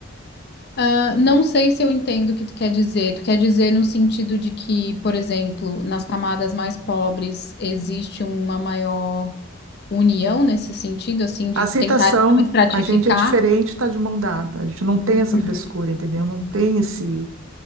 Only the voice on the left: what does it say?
Ah, não sei se eu entendo o que tu quer dizer. Tu quer dizer no sentido de que, por exemplo, nas camadas mais pobres existe uma maior união nesse sentido, assim,
de
tentar não estratificar?
Uhum,